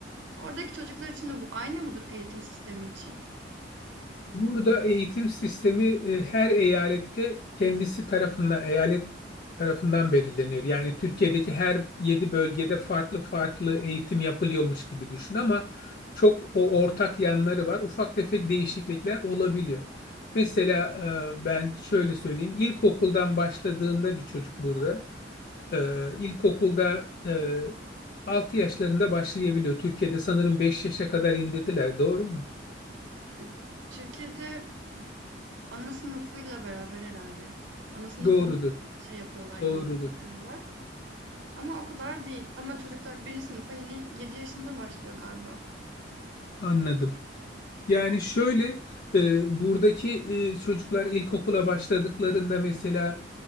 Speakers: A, on the right; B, on the left.
A: Oradaki çocuklar için de bu aynı mıdır eğitim sistemi için?
B: Burada eğitim sistemi e, her eyalette kendisi tarafından, eyalet tarafından belirleniyor. Yani Türkiye'deki her yedi bölgede farklı farklı eğitim yapılıyormuş gibi düşün ama çok o ortak yanları var. Ufak tefek değişiklikler olabiliyor. Mesela e, ben şöyle söyleyeyim. İlkokuldan başladığında bir çocuk burada e, ilkokulda e, 6 yaşlarında başlayabiliyor. Türkiye'de sanırım 5 yaşa kadar indirdiler. Doğru mu?
A: E, Türkiye'de ana sınıfıyla beraber herhalde. Ana sınıfında
B: Doğrudur.
A: da şey yapıyorlar
B: Doğrudur.
A: yine gösteriyorlar. Ama o kadar değil. Ama çocuklar birinci sınıfa yine yedi yaşında başlıyor galiba.
B: Anladım. Yani şöyle e, buradaki e, çocuklar ilkokula başladıklarında mesela